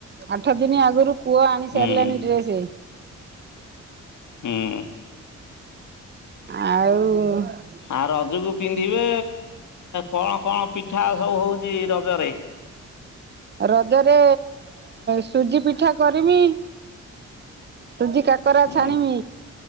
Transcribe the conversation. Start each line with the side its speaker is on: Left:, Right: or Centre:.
Right: ଆଠ ଦିନ ଆଗରୁ ପୁଅ ଆଣି
Left: ହୁଁ
Right: ସାରିଲାନି ଡ୍ରେସ।
Left: ହୁଁ।
Right: ଆଉ ହୁ।
Left: ଆ ରଜକୁ ପିନ୍ଧିବେ କଣ କଣ ପିଠା ସବୁ ହଉଛି ରଜରେ?
Right: ରଜରେ ସୁଜି ପିଠା କରିବି। ସୁଜି କାକରା
Left: ହୁଁ
Right: ଛାଣିମି।